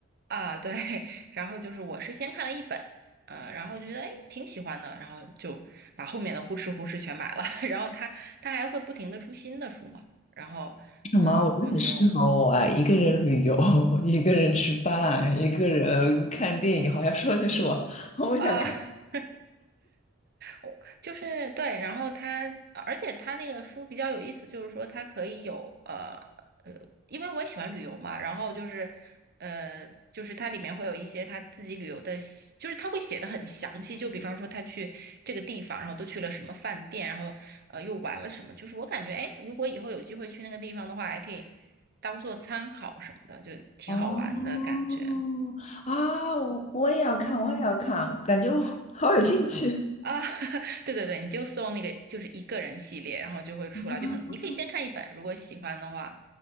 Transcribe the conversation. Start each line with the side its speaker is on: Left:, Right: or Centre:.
Right: 啊，对，<laughs> 然后就是我是先看了一本，呃，然后就觉得哎挺喜欢的，然后就把后面的呼哧呼哧全买了。<laughs> 然后他他还会不停的出新的书嘛，然后嗯、
Left: 什么？我觉得很适合我啊！
Right: 呃我就
Left: 一个人旅游，<laughs> 一个人吃饭，一个人看电影，好像说的就是我。<laughs> 我想看
Right: 啊。<laughs> 我就是对，然后它，呃而且它那个书比较有意思，就是说它可以有呃呃，因为我也喜欢旅游嘛，然后就是呃，就是它里面会有一些他自己旅游的细就是他会写的很详细，就比方说他去这个地方，然后都去了什么饭店，然后呃又玩了什么，就是我感觉哎，如果以后有机会去那个地方的话，还可以当做参考什么的，就挺好玩的感觉。
Left: 哦啊，我我也要看，我也要看，感觉我好有兴趣。
Right: 啊，<laughs> 对对对，你就搜那个就是一个人系列，然后就会出来，
Left: 啊，
Right: 就很，你可以先看一本，如果喜欢的话，